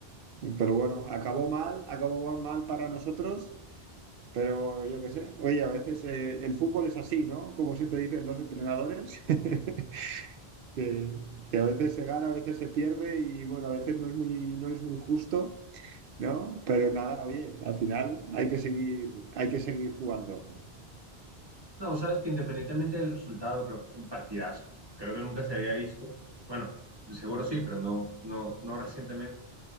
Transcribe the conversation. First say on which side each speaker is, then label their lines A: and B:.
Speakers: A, on the right (about 65°); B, on the right (about 25°).
A: pero bueno, acabó mal, acabó mal para nosotros, pero yo qué sé, oye, a veces eh, el fútbol es así, ¿no? Como siempre dicen los entrenadores. <laughs> que, que a veces se gana, a veces se pierde y bueno, a veces no es muy, no es muy justo, ¿no? Pero nada, oye, al final hay que seguir, hay que seguir jugando.
B: No, sabes que independientemente del resultado, creo que fue un partidazo. Creo que nunca se había visto, bueno, de seguro sí, pero no, no, no recientemente,